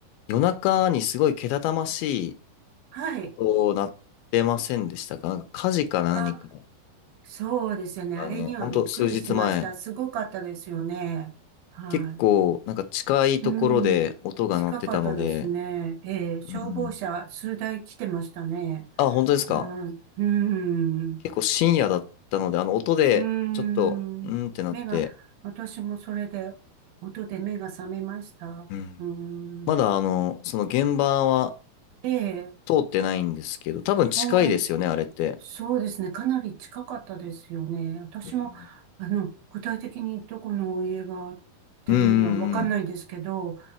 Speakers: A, on the left (about 80°); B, on the right (about 75°).
A: 夜中にすごいけたたましい
B: はい。
A: 音鳴ってませんでしたかなんか、火事か何か
B: あ、そうですよね。
A: がね、
B: あれにはびっくりしました。
A: ほんと数日前、
B: すごかったですよね。は
A: 結構、なんか近いところで音が鳴ってたので、
B: い。うん。近かったですね。ええ、消防車数台来てましたね。
A: うん。あ、本当ですか
B: はい。うん。
A: 結構深夜だったので、あの、音で、
B: うん。
A: ちょっと、うんってなって、
B: 目が、私もそれで、音で目が覚めました。
A: うん
B: うん。
A: まだあの、その現場は
B: ええ、
A: 通ってないんですけど、多分近いですよね、
B: うん。
A: あれって。
B: そうですね。かなり近かったですよね。私も、
A: うん。
B: あの、具体的にどこのお家がっていうのはわかんないですけど、
A: うんうんうん。